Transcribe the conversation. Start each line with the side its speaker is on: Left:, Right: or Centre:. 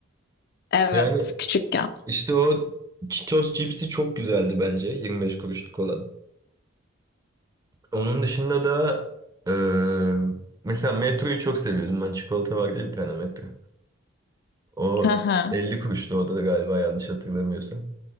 Left: Evet
Right: Yani
Left: küçükken.
Right: işte o Cheetos cipsi çok güzeldi bence. 25 kuruşluk olan. Onun dışında da eee, mesela Metro'yu çok seviyordum ben. Çikolata vardı ya bir tane Metro. O
Left: Haha.
Right: 50 kuruştu o da galiba yanlış hatırlamıyorsam.